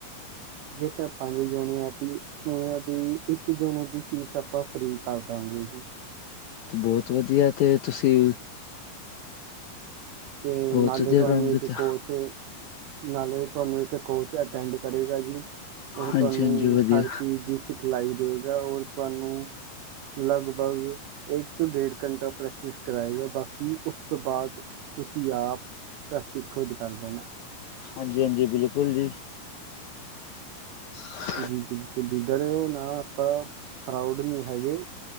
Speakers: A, on the right (about 80°); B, on the left (about 70°).
A: ਜੇ ਤਾਂ ਪੰਜ ਜੋਣ ਵਾਸਤੇ ਵੀ ਉਹਨਾਂ ਦੀ। ਇੱਕ ਜੂਨੇ ਦੀ ਫੀਸ ਆਪਾਂ ਫ੍ਰੀ ਕਰ ਦੇਵਗੇ ਜੀ।
B: ਤੇ ਬਹੁਤ ਵਧੀਆ, ਤੇ ਤੁਸੀਂ
A: ਤੇ
B: ਬਹੁਤ
A: ਨਾਲੇ
B: ਵਧੀਆ
A: ਤੁਹਾਨੂੰ,
B: ਕੰਮ ਕੀਤਾ
A: ਇੱਕ ਕੋਚ ਨਾਲੇ ਤੁਹਾਨੂੰ ਇੱਕ ਕੋਚ ਅਟੈਂਡ ਕਰੇਗਾ ਜੀ, ਉਹ
B: ਹਾਂਜੀ
A: ਤੁਹਾਨੂੰ
B: ਹਾਂਜੀ ਵਧੀਆ
A: ਹਰ ਚੀਜ਼ ਦੀ ਸਿਖਲਾਈ ਦੇਵੇਗਾ, ਔਰ ਤੁਹਾਨੂੰ ਲਗਭਗ ਇੱਕ ਤੋਂ ਡੇਢ ਘੰਟਾ ਪ੍ਰੈਕ ਪ੍ਰੈਕਟਿਸ ਕਰਾਏਗਾ, ਬਾਕੀ ਉਸ ਤੋਂ ਬਾਅਦ ਤੁਸੀਂ ਆਪ ਪ੍ਰੈਕਟਿਸ ਖੁਦ ਕਰ ਦੇਣਾ।
B: ਹਾਂਜੀ ਹਾਂਜੀ, ਬਿਲਕੁਲ ਜੀ। ਸ ਆ।
A: ਜੀ ਬਿਲਕੁਲ ਜੀ, ਡਰ ਹੋ ਨਾ ਆਪਾਂ ਫਰਾਊਡ ਨਹੀਂ ਹੈਗੇ।